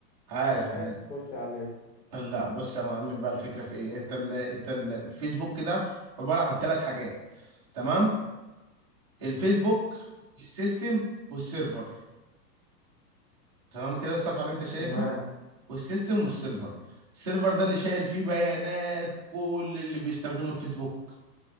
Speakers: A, on the right; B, on the left.
A: عارف
B: الموبايل
A: عارف
B: تخش عليه
A: لا بص يا معلم بقى الفكره في ايه انت ال... انت الفيسبوك كده عباره عن ثلاث حاجات تمام الفيسبوك السيستم والسيرفر تمام كده الصفحه اللي انت شايفها
B: تمام
A: والسيستم والسيرفر السيرفر ده اللي شايل فيه بيانات كل اللي بيستخدموا الفيسبوك